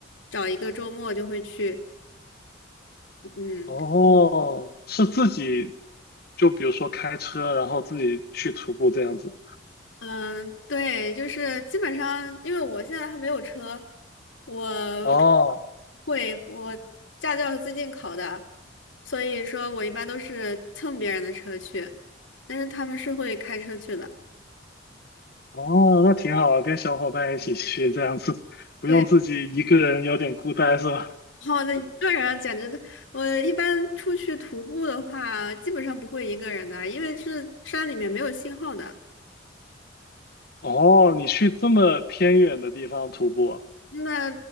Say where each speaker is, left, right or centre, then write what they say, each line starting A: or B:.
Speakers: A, on the left; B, on the left.
A: 找一个周末就会去，嗯
B: 哦，是自己，就比如说开车，然后自己去徒步这样子。
A: 嗯，对，就是基本上，因为我现在还没有车，我我
B: 哦，
A: 会我驾照是最近考的，所以说我一般都是蹭别人的车去，但是他们是会开车去的。
B: 哦，那挺好，跟小伙伴一起去，这样子不用自己一个人有点孤单是吧？
A: 对。好的，那一个人啊简直的，我一般出去徒步的话，基本上不会一个人的，因为是山里面没有信号的。
B: 哦，你去这么偏远的地方徒步，
A: 那